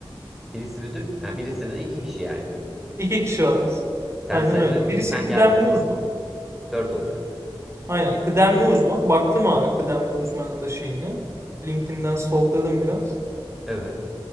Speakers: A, in the centre; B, on the right.
A: Birisi müdür, ha, birisi de iki kişi yani.
B: 2 kişi var aslında.
A: Sen
B: Aynen
A: sayılıyor
B: öyle.
A: musun?
B: Birisi
A: Sen
B: kıdemli
A: geldiği zaman
B: uzman.
A: dört olacak.
B: Aynen kıdemli uzman. Baktım abi kıdemli uzmanın da şeyine. LinkedIn'den stalkladım biraz.
A: Evet.